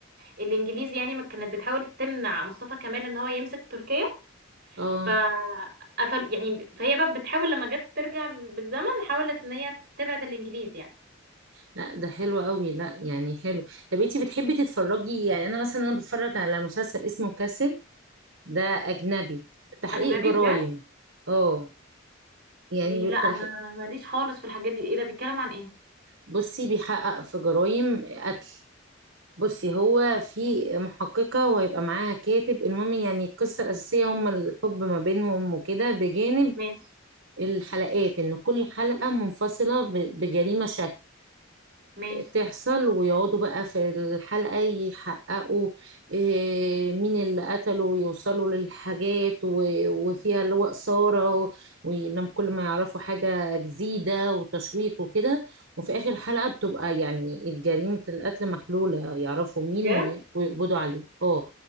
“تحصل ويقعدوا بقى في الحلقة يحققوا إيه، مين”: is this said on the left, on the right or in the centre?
Right